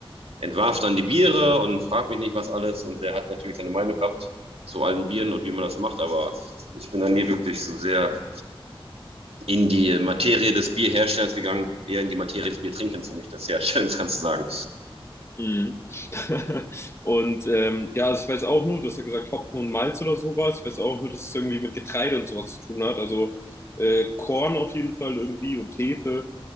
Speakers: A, on the right (about 85°); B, on the left (about 25°).
A: entwarf dann die Biere und fragt mich nicht was alles und der hat natürlich seine Meinung gehabt zu allen Bieren und wie man das macht, aber ich bin dann nie wirklich so sehr in die Materie des Bierherstellens gegangen, eher in die Materie des Biertrinkens und nicht des Herstellens, <laughs> kannst du sagen.
B: Mhm. <laughs> Und ähm, ja, also ich weiß auch nur, du hast ja gesagt Hopfen und Malz oder sowas. Ich weiß auch nur, dass es irgendwie mit Getreide und sowas zu tun hat. Also äh, Korn auf jeden Fall irgendwie und Hefe.